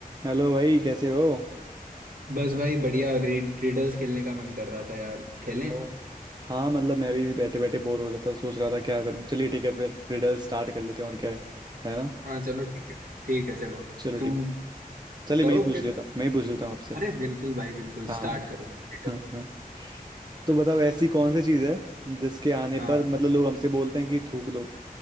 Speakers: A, on the right; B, on the right.
A: Hello भाई कैसे हो
B: बस भाई बढ़िया रि- रिडल्स खेलने का मन कर रहा था यार खेलें
A: ओ, हाँ मतलब मैं भी बैठे बैठे बोर हो रहा था सोच रहा था क्या करूँ चलिए ठीक है फिर रिडल स्टार्ट कर लेते हैं और क्या है है ना
B: हाँ चलो ठीक है ठीक है चलो
A: चलो
B: तुम
A: ठीक है चलिए
B: करो
A: मैं ही पूछ
B: फिर
A: लेता हूँ मैं ही पूछ लेता हूँ आपसे
B: अरे बिल्कुल भाई बिल्कुल
A: हाँ
B: स्टार्ट करो रिडल
A: हाँ हाँ तो बताओ ऐसी कौन सी चीज़ है जिसके आने
B: हाँ
A: पर मतलब लोग हमसे बोलते हैं कि थूक दो